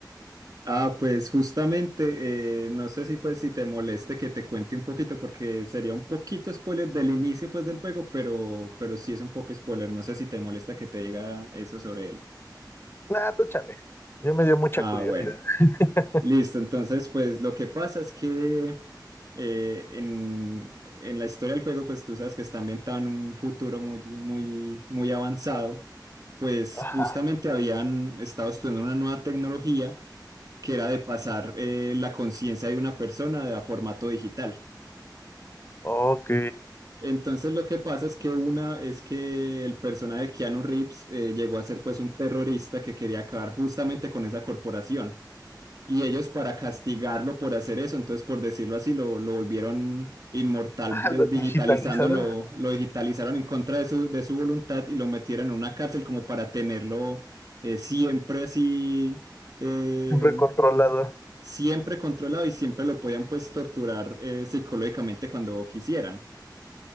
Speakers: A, on the right; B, on the left.
A: Ah, pues justamente, eh, no sé si pues si te moleste que te cuente un poquito, porque sería un poquito spoiler del inicio pues del juego, pero, pero sí es un poco spoiler, no sé si te molesta que te diga eso sobre él.
B: Nah, tú chale. Yo me dio mucha
A: Ah,
B: curiosidad.
A: bueno.
B: <laughs>
A: Listo, entonces pues lo que pasa es que eh, en, en la historia del juego pues tú sabes que está ambientado en un futuro muy, muy, muy avanzado, pues
B: Ajá.
A: justamente habían estado estudiando una nueva tecnología que era de pasar eh, la conciencia de una persona a formato digital.
B: Ok.
A: Entonces lo que pasa es que una es que el personaje de Keanu Reeves eh, llegó a ser pues un terrorista que quería acabar justamente con esa corporación. Y ellos para castigarlo por hacer eso, entonces por decirlo así, lo, lo volvieron inmortal
B: Ah,
A: desdigitalizando,
B: lo digitalizaron.
A: lo, lo digitalizaron en contra de su, de su voluntad y lo metieron en una cárcel como para tenerlo eh, siempre así, eh,
B: Siempre controlado.
A: siempre controlado y siempre lo podían pues torturar eh, psicológicamente cuando quisieran.